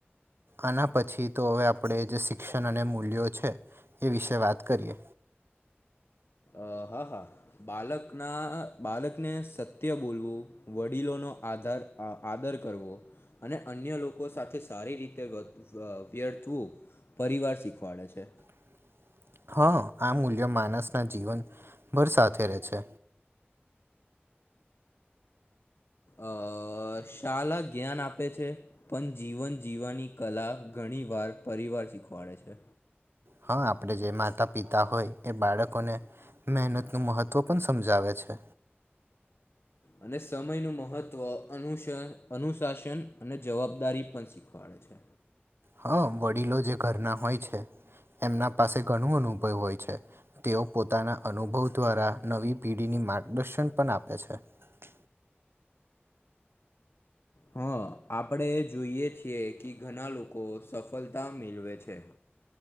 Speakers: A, on the right; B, on the left.
A: આના પછી તો હવે આપણે જે શિક્ષણ અને મૂલ્યો છે એ વિશે વાત કરીએ
B: અ હા હા બાલકના બાળકને સત્ય બોલવું વડીલોનો ન આધ આદર કરવો અને અન્ય લોકો સાથે સારી રીતે વ્યર્થવું પરિવાર શીખવાડે છે
A: <unintelligible> હ આ મૂલ્ય માનસ ના જીવનભર સાથે રહેે છે
B: અ શાલાા જ્ઞાન આપે છે પણ જીવન જીવવાની કલા ઘણી વાર પરિવાર શીખવાડે છે
A: હા આપણેે જે માતા પિતા હોય એ બાળકોને મહેનત નું મહત્વ પણ સમજાવે છે
B: અને સમયનું મહત્વ અ અનુશાસન અને જવાબદારી પણ શીખવાડે છે
A: હા વડીલો જે ઘરના હોય છે એમના પાસે ઘણું અનુભવ હોય છે તેઓ પોતાના અનુભવ દ્વારા નવી પેઢીની માર્ગદર્શન પણ આપે છે <unintelligible>
B: હા આપણે જોઈએ છીએ કે ઘણા લોકો સફળતા મેળવે છે